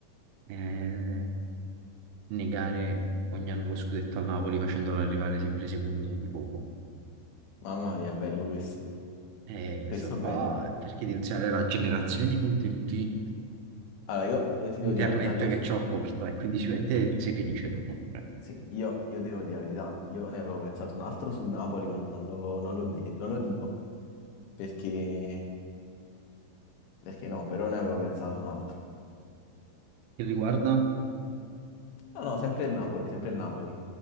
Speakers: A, on the right; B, on the left.
A: Eh, negare ogni anno lo scudetto al Napoli facendolo arrivare sempre secondo di poco.
B: mamma mia, bello questo.
A: E questo
B: Questo è
A: qua
B: bello.
A: cerchi di insegnare la generazione di contenuti
B: Allora, io, io ti
A: internet
B: devo dire la verità, io
A: che
B: su...
A: ciò apporta e quindi sicuramente sei felice dopo. Cioè,
B: Sì, io, io devo dire la verità. Io ne avevo pensato un altro sul Napoli, ma non lo, non l'ho de- non lo dico perché Perché no, però ne avevo pensato un altro.
A: Che riguarda...
B: No, no, sempre il Napoli, sempre il Napoli.